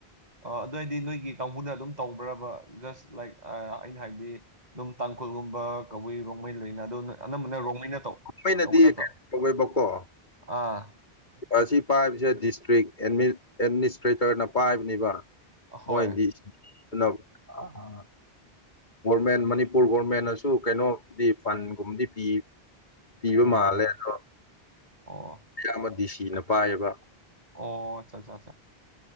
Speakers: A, on the right; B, on the left.
A: ꯑꯗꯣ ꯍꯥꯏꯗꯤ ꯅꯣꯏꯒꯤ ꯀꯥꯡꯕꯨꯅ ꯑꯗꯨꯝ ꯇꯧꯕ꯭ꯔꯕꯥ ꯖꯁ ꯂꯥꯏꯛ ꯑ ꯑꯩꯅ ꯍꯥꯏꯕꯗꯤ ꯑꯗꯨꯝ ꯇꯥꯡꯈꯨꯜꯒꯨꯝꯕ ꯀꯕꯨꯏ ꯔꯣꯡꯃꯩ ꯂꯩꯅ ꯑꯗꯣ ꯅꯣꯏ ꯑꯅꯝꯕꯅ ꯔꯣꯡꯃꯩꯅ ꯇꯧ
B: ꯔꯣꯡꯃꯩꯅꯗꯤ
A: ꯇꯧꯕ ꯅꯠꯇ꯭ꯔꯣ
B: ꯀꯩꯅꯣ ꯇꯧꯋꯦꯕꯀꯣ
A: ꯑꯥ
B: ꯑꯁꯤ ꯄꯥꯏꯕꯁꯦ ꯗꯤꯁꯇ꯭ꯔꯤꯛ ꯑꯦꯠꯃꯤꯠ ꯑꯦꯠꯃꯤꯅꯤꯁꯇ꯭ꯔꯦꯇꯔꯅ ꯄꯥꯏꯕꯅꯤꯕ
A: ꯍꯣꯏ
B: ꯃꯣꯏꯗꯤ ꯄꯨꯅꯞ ꯑꯍꯥ ꯍꯥ ꯒꯣꯔꯃꯦꯟ ꯃꯅꯤꯄꯨꯔ ꯒꯣꯔꯃꯦꯟꯅꯁꯨ ꯀꯩꯅꯣꯗꯤ ꯐꯟꯒꯨꯝꯕꯗꯤ ꯄꯤ ꯄꯤꯕ
A: ꯑꯣ
B: ꯃꯥꯜꯂꯦ ꯑꯗꯣ
A: ꯑꯣ
B: ꯑꯌꯥꯝꯕ ꯗꯤ ꯁꯤꯅ ꯄꯥꯏꯌꯦꯕ
A: ꯑꯣ ꯑꯠꯆꯥ ꯆꯥ ꯆꯥ